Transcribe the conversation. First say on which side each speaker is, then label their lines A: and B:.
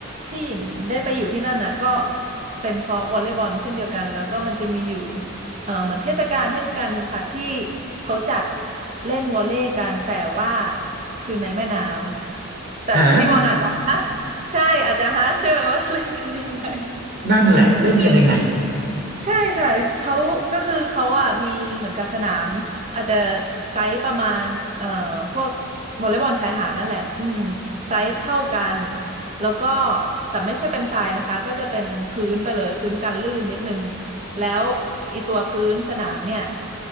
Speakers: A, on the right (about 35°); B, on the right (about 50°).
A: ที่หญิงได้ไปอยู่ที่นั่นน่ะก็เป็นเพราะวอลเลย์บอลเช่นเดียวกันแล้วก็มันจะมีอยู่เอ่อเหมือนเทศกาลเทศกาลหนึ่งค่ะที่เขาจัดเล่นวอลเลย์กันแต่ว่าคือในแม่น้ำแต่พี่บอลอาจจะ
B: ฮะ
A: <laughs> ฮะใช่อาจจะฮะใช่ไหมว่า <laughs> เล่นกันยังไง
B: นั่นแหละเล่นกันยังไง
A: <laughs>
B: <laughs>
A: ใช่ค่ะเขาก็คือเขาอ่ะมีเหมือนกับสนามอาจจะไซส์ประมาณเอ่อพวกวอลเลย์บอลชายหาดนั่นแหละอืมไซส์เท่ากันแล้วก็แต่ไม่ใช่เป็นทรายนะคะก็จะเป็นพื้นไปเลยพื้นกันลื่นนิดนึงแล้วอีตัวพื้นสนามเนี่ย